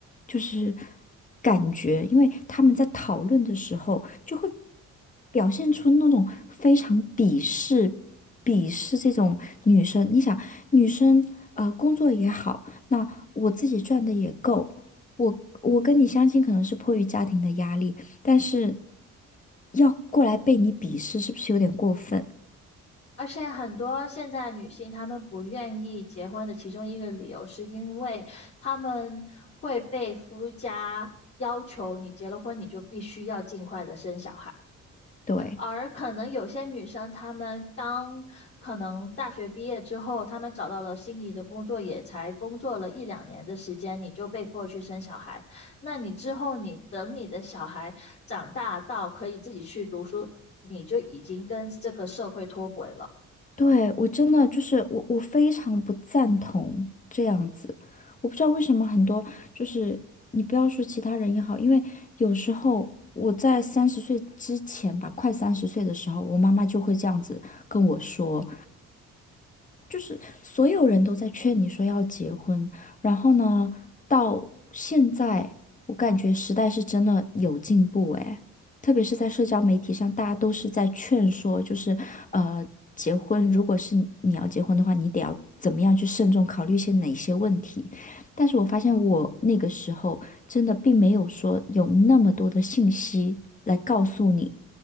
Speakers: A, on the left; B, on the left.
A: 就是感觉，因为他们在讨论的时候就会表现出那种非常鄙视鄙视这种女生。你想，女生呃工作也好。那我自己赚的也够。我我跟你相亲可能是迫于家庭的压力，但是要过来被你鄙视，是不是有点过分？
B: 而且很多现在女性她们不愿意结婚的其中一个理由，是因为她们会被夫家要求，你结了婚你就必须要尽快的生小孩。
A: 对，
B: 而可能有些女生，她们刚可能大学毕业之后，她们找到了心仪的工作，也才工作了一两年的时间，你就被迫去生小孩。那你之后，你等你的小孩长大到可以自己去读书，你就已经跟这个社会脱轨了。
A: 对，我真的就是我，我非常不赞同这样子。我不知道为什么很多就是你不要说其他人也好，因为有时候我在三十岁之前吧，快三十岁的时候，我妈妈就会这样子跟我说，就是所有人都在劝你说要结婚，然后呢，到现在我感觉时代是真的有进步诶，特别是在社交媒体上，大家都是在劝说，就是呃，结婚如果是你要结婚的话，你得要怎么样去慎重考虑一些哪些问题。但是我发现我那个时候真的并没有说有那么多的信息来告诉你，